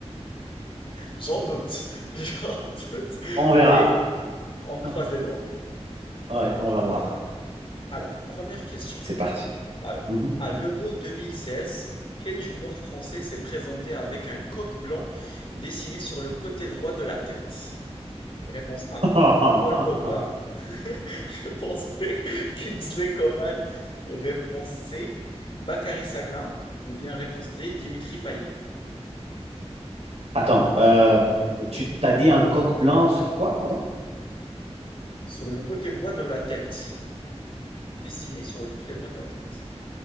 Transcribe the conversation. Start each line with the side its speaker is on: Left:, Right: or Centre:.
Left: J'en doute, <laughs> j'en doute,
Right: On verra.
Left: mais on croise
Right: <laughs>
Left: les doigts.
Right: Ouais, on va voir.
Left: Alors, première question.
Right: C'est parti.
Left: À,
Right: Mhm.
Left: à l'Euro 2016, quel joueur français s'est présenté avec un coq blanc dessiné sur le côté droit de la tête? Réponse A,
Right: <laughs>
Left: Paul Pogba. <laughs> Réponse B, Kingsley Coman. Réponse C, Bakary Sagna. Ou bien réponse D, Dimitri Payet.
Right: Attends, euh, tu t'as dit un coq blanc sur quoi, pardon?
Left: Sur le côté droit de la tête. Dessiné sur le côté droit de la tête.